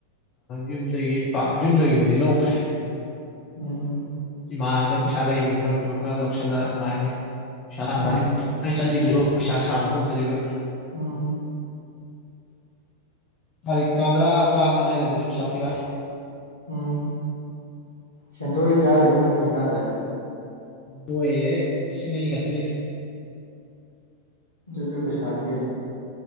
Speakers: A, on the left; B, on the left.
A: ꯌꯨꯝꯗꯒꯤ ꯄꯥꯛ ꯌꯨꯝꯗꯒꯤꯕꯨꯗꯤ ꯂꯧꯗ꯭ꯔꯦ
B: ꯎꯝ
A: ꯏꯃꯥꯟꯅꯕꯗ ꯄꯩꯁꯥ ꯂꯩꯈꯤꯕ ꯈꯔ ꯈꯔ ꯂꯧꯁꯤꯜꯂ ꯑꯗꯨꯃꯥꯏꯅ ꯂꯩ ꯄꯩꯁꯥ ꯇꯥꯟꯕ
B: ꯎꯝ
A: ꯑꯩ ꯆꯠꯂꯤꯗꯨꯁꯨ ꯄꯩꯁꯥ ꯁꯥꯕ ꯍꯧꯗ꯭ꯔꯤꯕ
B: ꯎꯝ
A: ꯇꯥꯔꯤꯛ ꯇꯔꯥ ꯇꯔꯥꯉꯥ ꯑꯗꯨꯋꯥꯏꯗꯕꯨꯗꯤ ꯄꯩꯁꯥ ꯄꯤꯔꯛꯑꯣꯦ
B: ꯎꯝ ꯁꯦꯟꯗꯣꯛ ꯆꯥꯔꯤꯔꯣ ꯅꯪ ꯍꯧꯖꯤꯛꯀꯥꯟꯁꯦ
A: ꯕꯣꯏꯑꯦ ꯏꯁꯤꯡ ꯑꯅꯤ ꯀꯇꯅꯤꯗ
B: ꯑꯗꯨꯁꯨ ꯄꯩꯁꯥꯅꯤ ꯀꯩ